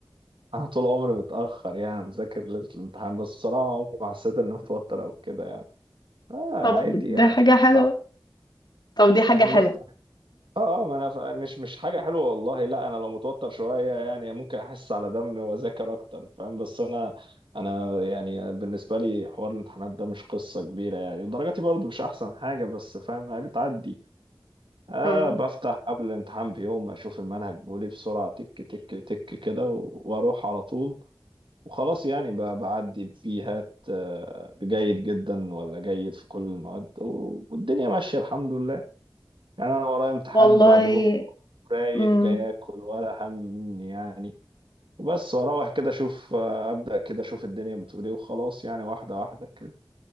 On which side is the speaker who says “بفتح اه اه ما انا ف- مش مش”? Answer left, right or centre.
Right